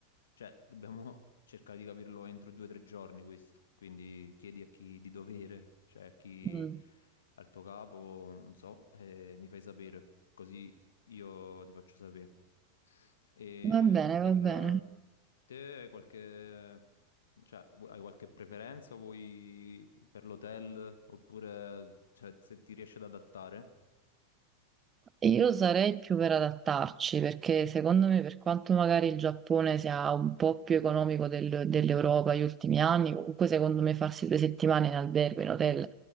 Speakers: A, on the left; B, on the right.
A: cioè, dobbiamo cercare di capirlo entro due o tre giorni questo. Quindi chiedi a chi di dovere, cioè a chi,
B: Mm.
A: al tuo capo, non so, e mi fai sapere. Così io ti faccio sapere. E
B: Va bene,
A: per
B: va
A: eh,
B: bene.
A: te hai qualche, cioè, vu- hai qualche preferenza? Vuoi per l'hotel oppure cioè, se ti riesci ad adattare?
B: E Io sarei più per adattarci perché secondo me, per quanto magari il Giappone sia un po' più economico del- dell'Europa negli ultimi anni, comunque secondo me farsi due settimane in albergo, in hotel,